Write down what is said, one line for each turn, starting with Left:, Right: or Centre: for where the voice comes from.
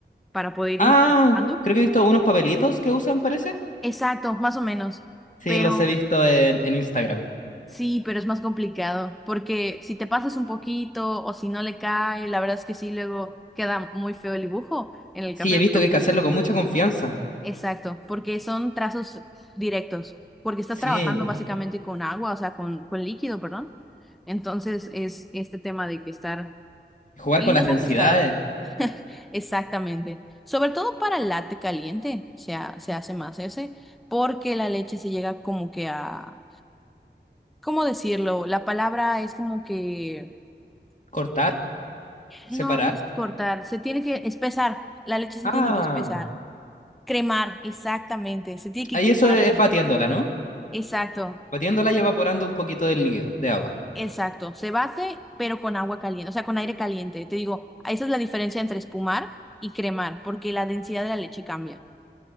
Centre: para poder
Left: Ah,
Centre: ir manejando.
Left: creo que he visto unos papelitos que usan, parece.
Centre: Exacto, más o menos.
Left: Sí,
Centre: Pero
Left: los he visto en, en Instagram.
Centre: Sí, pero es más complicado, porque si te pasas un poquito o si no le cae, la verdad es que sí, luego queda muy feo el dibujo en el
Left: Sí,
Centre: café,
Left: he visto
Centre: pero
Left: que hay que hacerlo con mucha confianza.
Centre: exacto, porque son trazos directos, porque estás
Left: Sí,
Centre: trabajando básicamente con agua, o sea, con, con líquido, perdón. Entonces es este tema de que estar...
Left: jugar
Centre: Y
Left: con las
Centre: nos
Left: densidades,
Centre: ha costado. Exactamente. Sobre todo para el latte caliente, se, ha- se hace más ese, porque la leche se llega como que a... ¿Cómo decirlo? La palabra es como que
Left: cortar, separar.
Centre: No, no es cortar, se tiene que espesar, la leche se
Left: Ah.
Centre: tiene que espesar. Cremar, exactamente, se tiene que
Left: Ahí
Centre: cremar.
Left: eso es batiéndola, ¿no?
Centre: Exacto,
Left: Batiéndola y evaporando un poquito del líquido, de agua.
Centre: exacto. Se bate, pero con agua caliente, o sea, con aire caliente. Te digo, esa es la diferencia entre espumar y cremar, porque la densidad de la leche cambia.